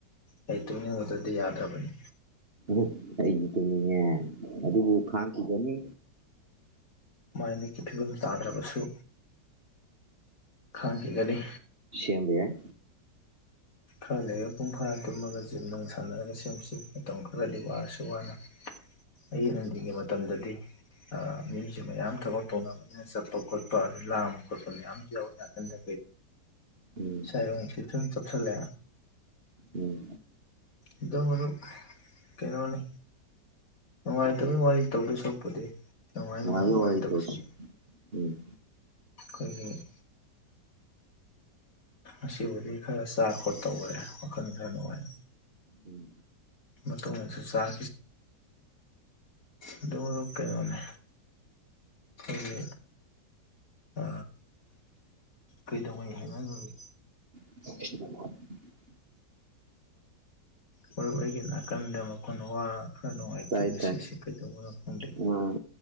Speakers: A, on the left; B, on the right.
A: ꯑꯩ ꯇꯨꯡꯅꯤꯡꯕꯗꯗꯤ ꯌꯥꯗ꯭ꯔꯕꯅꯤ
B: ꯎ ꯑꯩꯒꯤ ꯇꯅꯤꯡꯉꯦ ꯑꯗꯨꯕꯨ ꯈꯥꯡꯈꯤꯒꯅꯤ
A: ꯃꯥꯏ ꯃꯤꯀꯤ ꯐꯤꯕꯝ ꯇꯥꯗ꯭ꯔꯕꯁꯨ ꯈꯥꯡꯈꯤꯦꯒꯔꯤ
B: ꯁꯦꯝꯕ ꯌꯥꯏ
A: ꯈꯔ ꯂꯩꯔ ꯄꯨꯡ ꯐꯥ ꯇꯨꯝꯃꯒ ꯖꯤꯝ ꯅꯅꯨꯡ ꯁꯥꯟꯅꯔꯒ ꯁꯦꯝꯁꯤ ꯃꯇꯝ ꯈꯔꯗꯤ ꯋꯥꯔꯁꯤ ꯁ ꯋꯥꯅ ꯑꯌꯨꯛ ꯑꯗꯤꯡꯉꯩ ꯃꯇꯝꯗꯗꯤ ꯃ꯭ꯌꯨꯖꯝ ꯃꯌꯥꯝ ꯊꯕꯛ ꯇꯧꯅꯕꯅꯤꯅ ꯆꯠꯄ ꯈꯣꯠꯄ ꯑꯗꯨ ꯂꯥꯡꯕ ꯈꯣꯠꯄ ꯃꯌꯥꯝꯁꯨ ꯌꯥꯎ ꯅꯥꯀꯟꯗ
B: ꯎꯝ
A: ꯁꯔ ꯎ ꯀꯇ ꯇꯞꯁꯂꯦ
B: ꯎꯝ
A: ꯑꯗꯣ ꯃꯔꯨꯞ ꯀꯩꯅꯣꯅꯤ ꯅꯨꯡꯉꯥꯏꯇꯕꯒꯤ ꯋꯥꯔꯤ ꯇꯧꯗꯦ ꯁꯣꯛꯄꯗꯤ ꯀꯃꯥꯏ
B: ꯅꯨꯡꯉꯥꯏꯕ
A: ꯃꯥꯏ ꯋꯥꯏꯜ
B: ꯋꯥꯔꯤ
A: ꯇꯞꯁꯤ
B: ꯇꯧꯁꯤ ꯎꯝ
A: ꯑꯩꯈꯣꯏ ꯑꯁꯤꯕꯨꯗꯤ ꯈꯔ ꯆꯥ ꯈꯣꯠ ꯇꯈꯔꯦ ꯋꯥꯈꯜ ꯈꯔ ꯅꯨꯡꯉꯥꯏ
B: ꯎꯝ
A: ꯃ ꯇꯣꯡꯁꯨ ꯁꯥꯥ ꯑꯗꯨꯃ ꯂꯨꯞ ꯀꯩꯅꯅꯦ ꯑꯗꯨ ꯑ ꯀꯩꯗꯧꯉꯩ ꯍꯥꯏꯅ ꯂꯨꯝꯃꯤ
B: ꯏ
A: ꯃꯔꯨꯞ ꯑꯩꯒꯤ ꯅꯥꯀꯟꯗ ꯃꯈꯅ ꯋꯥ ꯈꯔ ꯅꯨꯡꯉꯥꯏꯇꯦ
B: ꯇꯥꯏ
A: ꯉꯁꯤꯁꯦ
B: ꯇꯥꯏ
A: ꯀꯩꯗꯧꯕꯅꯣ ꯈꯪꯗꯦ
B: ꯑꯥ